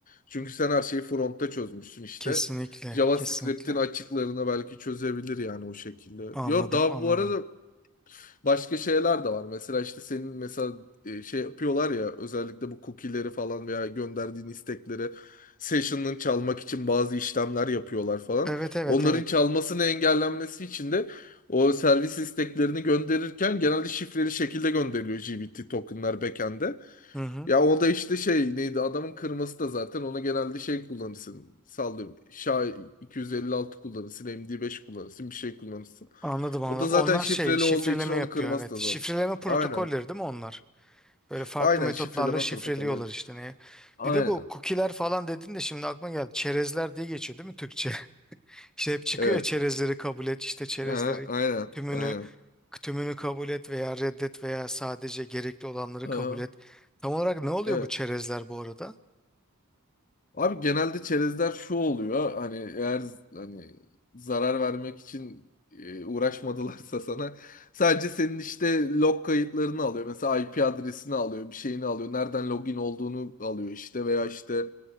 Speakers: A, on the left; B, in the centre.
A: Çünkü sen her şeyi front'ta çözmüşsün işte.
B: Kesinlikle,
A: JavaScript'in
B: kesinlikle.
A: açıklarını belki çözebilir yani o şekilde.
B: Anladım,
A: Yo daha
B: anladım.
A: bu arada başka şeyler de var. Mesela işte senin mesela e, şey yapıyorlar ya özellikle bu cookie'leri falan veya gönderdiğin istekleri session'ın çalmak için bazı işlemler yapıyorlar falan.
B: Evet, evet,
A: Onların
B: evet.
A: çalmasını engellenmesi için de o servis isteklerini gönderirken genelde şifreli şekilde gönderiyor gönderiliyor GBT tokenlar backend'e.
B: Hı hı.
A: Ya o da işte şey neydi adamın kırması da zaten ona genelde şey kullanırsın. Sallıyorum. SHA 256 kullanırsın. MD5 kullanırsın. Bir şey kullanırsın.
B: Anladım, anladım.
A: O da zaten
B: Onlar
A: şifreli
B: şey şifreleme
A: olduğu için onu
B: yapıyor
A: kırması
B: evet.
A: da
B: Şifreleme
A: zor.
B: protokolleri
A: Aynen.
B: değil mi onlar? Böyle farklı
A: Aynen
B: metotlarla
A: şifreleme
B: şifreliyorlar
A: protokolü. evet.
B: işte neye.
A: Aynen.
B: Bir de bu cookie'ler falan dedin de şimdi aklıma geldi. Çerezler diye geçiyor değil mi Türkçe? <laughs> İşte hep çıkıyor
A: Evet.
B: ya çerezleri kabul et, işte çerezleri
A: Ha, aynen.
B: tümünü
A: Aynen.
B: Tümünü kabul et veya reddet veya sadece gerekli olanları
A: Aha,
B: kabul et. Tam olarak ne oluyor
A: evet.
B: bu çerezler bu arada?
A: Abi genelde çerezler şu oluyor. Hani eğer z- hani zarar vermek için e, uğraşmadılarsa sana sadece senin işte log kayıtlarını alıyor. Mesela IP adresini alıyor, bir şeyini alıyor. Nereden login olduğunu alıyor işte veya işte